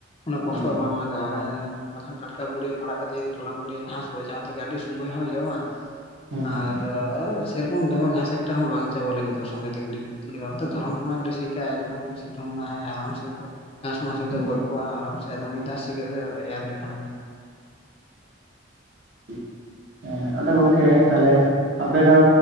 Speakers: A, on the left; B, on the right.
A: ᱩᱱᱟ. ᱜ ᱠᱚᱥᱴᱚ
B: ᱦᱮᱸ
A: ᱵᱟᱝ ᱞᱟᱜ ᱮ ᱵᱟᱠᱷᱟᱱᱼᱼ ᱴᱟᱴᱠᱟ ᱯᱩᱲᱤᱭᱟᱹ ᱯᱟᱲᱟᱜ ᱠᱟᱛᱮ ᱡᱩᱫᱤ ᱛᱚᱞᱟᱢ ᱜᱮᱲᱤᱭᱟᱹ ᱜᱷᱟᱸᱥ ᱠᱚᱨᱮ ᱡᱟᱦᱟ ᱛᱮᱜᱮ ᱟᱹᱰᱤ ᱥᱩᱢᱟᱹᱭ ᱦᱚᱸᱭ ᱡᱚᱢᱟ
B: ᱦᱩᱸ
A: ᱟᱨ, ᱟᱹ ᱥᱮ ᱨᱚᱠᱚᱢ ᱫᱚᱢᱮ ᱜᱷᱟᱥ ᱮᱠᱴ ᱦᱚᱸ ᱵᱟᱝ ᱪᱟ ᱪᱟᱵᱟ ᱞᱟᱜᱤᱫᱚᱜᱼᱟ ᱥᱚᱸᱜᱮ ᱛᱮ ᱜᱤᱲᱤ ᱠᱚᱛᱮ ᱜᱮᱞᱮ ᱚᱨᱛᱷᱟᱛ ᱫᱷᱚᱨᱚᱱ ᱠᱷᱚᱱᱟᱜᱮᱞᱮ ᱥᱤᱠᱟᱜᱼᱟ ᱮᱫᱚᱢ ᱥᱤᱛᱩᱝᱢᱟᱭ ᱟᱨᱟᱢ ᱥᱮ ᱜᱷᱟᱥ ᱢᱟᱥ ᱡᱚᱛᱚ
B: ᱦᱮᱸ
A: ᱜᱚᱡ ᱠᱚᱜᱼᱟ ᱟᱨᱟᱢ ᱥᱮ ᱢᱤᱫ ᱫᱷᱟ ᱥᱤ ᱠᱟᱛᱮ ᱮᱨ ᱞᱮᱠᱷᱟᱱ ᱜᱮ᱾
B: <inaudible> ᱟᱫᱚ ᱜᱚᱝᱠᱮ ᱟᱨ ᱛᱟᱦᱟᱞᱮ, ᱟᱯᱮᱚ